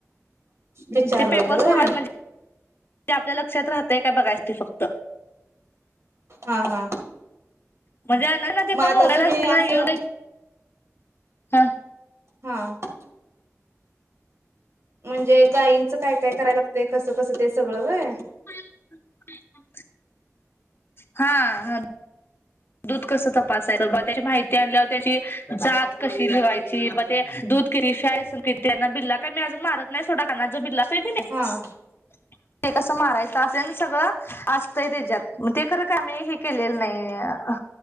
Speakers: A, on the right (about 55°); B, on the left (about 45°).
A: विचारलं
B: ते पेपर
A: होतं
B: सोडवायेत
A: व्हय
B: म्हणजे ते आपल्या लक्षात राहतेय काय बघायच ते फक्त
A: हा हा
B: म्हणजे नाही ना ते
A: मग
B: कामगला
A: आता तुम्ही
B: अस
A: असं
B: नाही ये हा
A: हा <unintelligible> म्हणजे गायींचं काय काय करायला लागतंय कसं कसं ते सगळं व्हय
B: <unintelligible> हा ह दूध कसं तपासायचं त्याची माहिती आणल्यावर त्याची जात कशी लेवायची ते दूध <unintelligible> किर्तीयाना बिल्ला काही मी अजून मारत नाही सोडा काना जो बिल्लास आहे की नाही.
A: हा
B: ते कसं मारायचं असे आणि सगळं असतंय त्याच्यात ते खरं का आम्ही हे केलेलं नाही अ